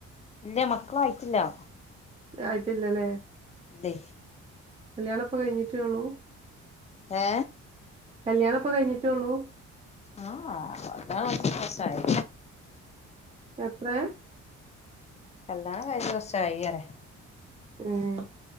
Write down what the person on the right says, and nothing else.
ആയിട്ടില്ലലേ...
കല്യാണം ഇപ്പൊ കഴിഞ്ഞിട്ടേ ഉള്ളൂ
കല്യാണം ഇപ്പൊ കഴിഞ്ഞിട്ടേ ഉള്ളൂ
എത്രയാ
ഉം